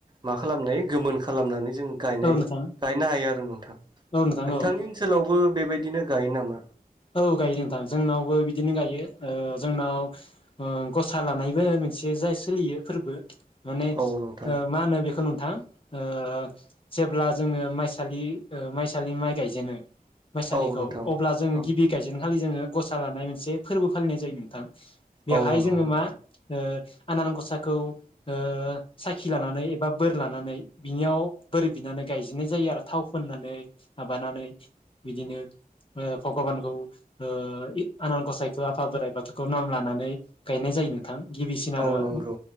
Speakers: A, on the right; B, on the left.
A: मा खालामनाय गोमोन खालामनानै जों गायनाय
B: औ नोंथां
A: गायनो हायो आरो नोंथां।
B: औ नोंथां
A: नोंथांनि
B: औ
A: ओनसोलावबो बेबायदिनो गायो नामा?
B: औ गायो नोंथां जोंनावबो बिदिनो गायो। ओ जोंनाव ओ गसा लानायबो मोनसे जाय सोलियो फोरबो माने
A: औ नोंथां
B: ओ मा होनो बेखौ नोंथां ओ जेब्ला जोङो माइसालि ओ माइसालि माइ गायजेनो माइसालिखौ
A: औ नोंथां
B: अब्ला जोङो
A: औ
B: गिब खालि जोङो गसा लानाय मोनसे फोरबो फालिनाय जायो नोंथां। बेवहाय
A: औ नंगौ
B: जोङो
A: नोंथां
B: मा ओ आनान गसाइखौ ओ साखि लानानै एबा बोर लानानै बिनियाव बोर बिनानै गायजेननाय जायो आरो थाव फोननानै माबानानै बिदिनो ओ भगबान औ ओ इ आनान गसाइखो आफा बोराइ बाथौखौ नाम लानानै गायनाय जायो नोंथां गिबिसिन आरो
A: औ नंगौ
B: उम